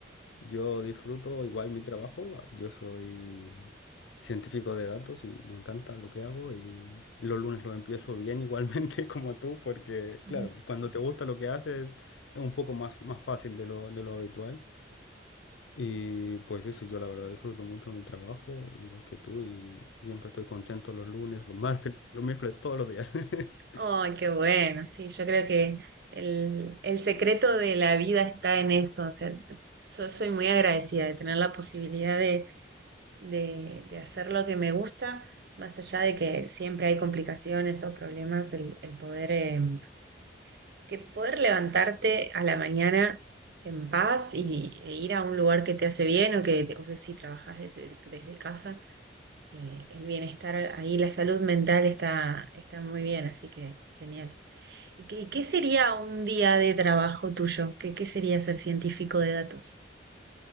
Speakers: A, on the left; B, on the right.
A: Yo disfruto igual mi trabajo. ah, Yo soy científico de datos y me encanta lo que hago y los lunes lo empiezo bien igualmente <laughs> como tú porque,
B: Ujú.
A: claro, cuando te gusta lo que haces es un poco más, más fácil de lo, de lo habitual. Y pues eso, yo la verdad disfruto mucho mi trabajo, igual que tú, y siempre estoy contento los lunes, los martes, <laughs> los miércoles, todos los días. <laughs>
B: Ay, qué bueno, sí, yo creo que el, el secreto de la vida está en eso, o sea, yo soy muy agradecida de tener la posibilidad de, de, de hacer lo que me gusta, más allá de que siempre hay complicaciones o problemas, el, el poder, em, que poder levantarte a la mañana en paz y, e ir a un lugar que te hace bien o que, o que si trabajas desde, desde casa, eh, el bienestar ahí, la salud mental está, está muy bien, así que genial. ¿Y qué, qué sería un día de trabajo tuyo? ¿Qué, qué sería ser científico de datos?